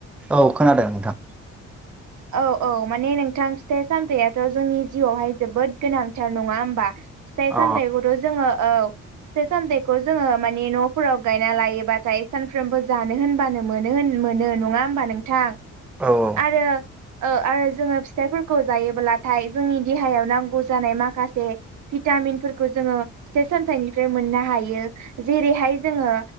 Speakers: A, in the centre; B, on the right.
A: औ खोनादों नोंथां।
B: औ औ माने नोंथां फिथाइ सामथाइआथ' जोंनि जिउआवहाय जोबोद गोनांथार नङा होमबा? फिथाइ
A: अ
B: सामथाइखौथ' जोङो औ। फिथाइ सामथाइखौ जोङो मानि न'फोराव गायना लायोबाथाय सानफ्रोमबो जानो होनबानो मोन होन मोनो नङा होमबा नोंथां?
A: औ औ।
B: <unintelligible> ओ आरो जोङो फिथाइफोरखौ जायोब्लाथाय जोंनि देहायाव नांगौ जानाय माखासे भिटामिनफोरखौ जोङो फिथाइ सामथाइनिफ्राय मोननो हायो जेरैहाय जोङो